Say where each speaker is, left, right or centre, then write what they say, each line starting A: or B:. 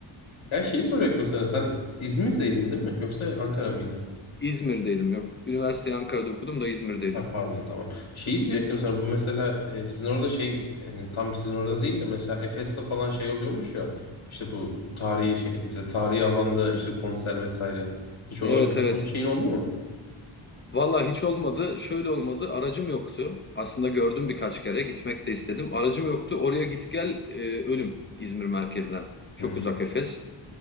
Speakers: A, on the left; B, on the left.
A: Ya şeyi soracaktım sana sen İzmir'deydin değil mi? Yoksa Ankara mıydı?
B: İzmir'deydim yok. Üniversiteyi Ankara'da okudum da İzmir'deydim.
A: Ha, pardon tamam. Şey diyecektim sana bu mesela e, sizin orada şey yani tam sizin orada değil de mesela Efes'te falan şey oluyormuş ya işte bu tarihi şey <laughs> mesela tarihi alanda işte konser vesaire. Hiç ona
B: Evet
A: katılmış
B: evet.
A: şeyin oldu mu?
B: Valla hiç olmadı. Şöyle olmadı. Aracım yoktu. Aslında gördüm birkaç kere. Gitmek de istedim. Aracım yoktu. Oraya git gel e, ölüm İzmir merkezden. Çok
A: Hmm,
B: uzak Efes.